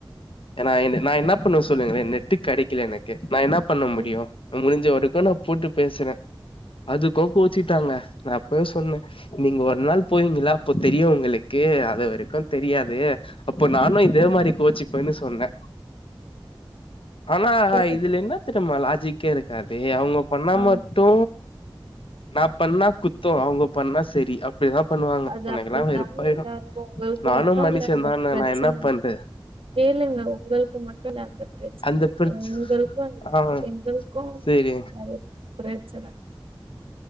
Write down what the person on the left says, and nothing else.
ஏனா நா என்ன பண்ணுவ சொல்லுங்களே நெட்டு கெடைக்கல எனக்கு நா என்ன பண்ண முடியு
முடிஞ்ச வரைக்கு நா போட்டு பேசுறே அதுக்கு கோச்சிட்டாங்க நா அப்பயே சொன்ன நீங்க ஒரு நாள் போவீங்ளா அப்போ தெரியு உங்களுக்கு அது வரைக்கு தெரியாது அப்போ நானு இதே மாதிரி கோச்சிப்பேன்னு சொன்ன ஆனா
இதுல என்ன தெரியும்மா லாஜிக்கே இருக்காது அவங்க பண்ணா
மட்டு நா பண்ணா குத்தோ அவங்க பண்ணா செரி அப் இப்டித்தா பண்ணுவாங்க
எனக்கெல்லா
வெறுப்பாயிடு
நானு
மனுஷ
தா
நா என்ன பண்து
அந்த பிரச்
ஆ
சேரி